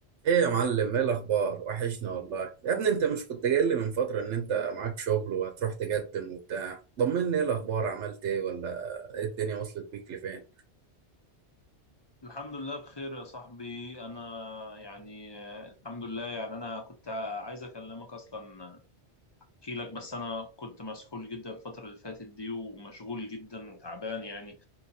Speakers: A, on the right (about 90°); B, on the left (about 25°).
A: ايه يا معلم ايه الاخبار وحشنا والله يا ابني انت مش كنت جاي لي من فتره ان انت معاك شغل وهتروح تقدم وبتاع طمني ايه الاخبار عملت ايه ولا ايه الدنيا وصلت بيك لفين
B: الحمد لله بخير يا صاحبي انا يعني آه، الحمد لله يعني انا كنت عايز اكلمك اصلا احكي لك بس انا كنت مسحول جدا الفترة اللي فاتت دي ومشغول جدا وتعبان يعني